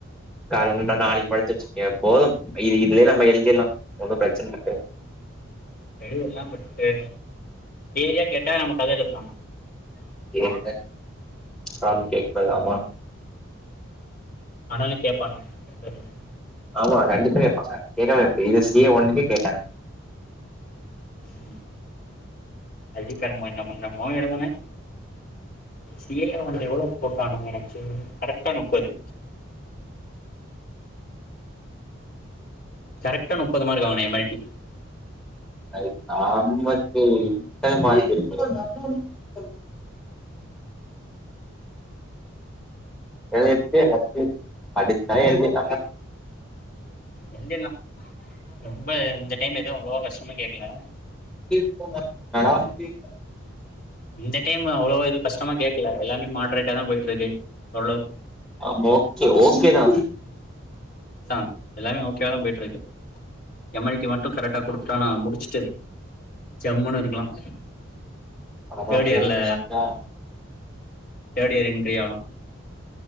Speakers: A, in the centre; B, on the left (about 45°).
A: டாலனண்டா
B: ம்,
A: நாளைக்கு படிச்ச வெச்சுக்கயே போதும் இது இதுவே நம்ம எழு திர்லா ஒன்னு பிரச்சன இருக்காது
B: எழுதலா பட்டு ஏரியா கேட்டா நம்ம <unintelligible> எழுதலா
A: இவங்கிட்ட ஆம் கேக்கூடாது ஆமா
B: ஆனாலும் கேட்பானுங்க சரிங்க
A: ஆமா கண்டிப்பா கேப்பாங்க எனா <unintelligible> ஒன்னுமே கேட்டாங்க
B: <unintelligible> என்னமோ எழுதனே சி ஏ அவனுங்க எவ்வளோ போட்டானுங்க எனக்கு கரெக்டா நுப்பது கரெக்டா நுப்பது மார்க் வாங்குனே மயக்கி
A: <unintelligible> இன்டர்ன் மார்க் இருக் <unintelligible> <unintelligible> படிச்சா எழுதிட்லான்டா
B: எழுதிட்லா <unintelligible> ம்ப இந்த டைம் எதுவு அவ்ளோவா கஷ்டமா கேக் க்குல
A: <unintelligible> மேடம்
B: இந்த டைம் அவ்வளோ இது கஷ்டமா கே க்கல எல்லாமே மாடரேட்டா தான் போயிட்டு இருக்கு ஒருளவுக்கு
A: ஆமா ஓகே ஓகே நா
B: ச எல்லாமே ஓகோவாதான் போயிட்டு இருக்கு எமல்ட்டி மட்டும் கரெக்டா குடுத்தனா முடிச்சுட்டு ஜம்முனு இருக்கலாம்
A: அவ்ளோ
B: தேர்ட்
A: தான் ப்ரோ
B: இயர்ல
A: முடிச்சிண்டிங்க
B: தேர்ட் இயர் என்ட்ரி ஆகலாம்